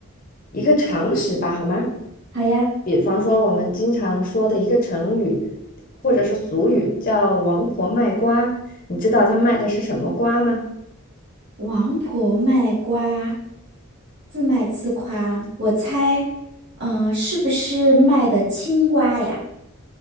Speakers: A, on the left; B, on the right.
A: 一个常识吧，好吗？
B: 好呀，
A: 比方说我们经常说的一个成语，或者是俗语，叫“王婆卖瓜”，你知道她卖的是什么瓜吗？
B: 王婆卖瓜，自卖自夸，我猜，嗯、是不是卖的青瓜呀？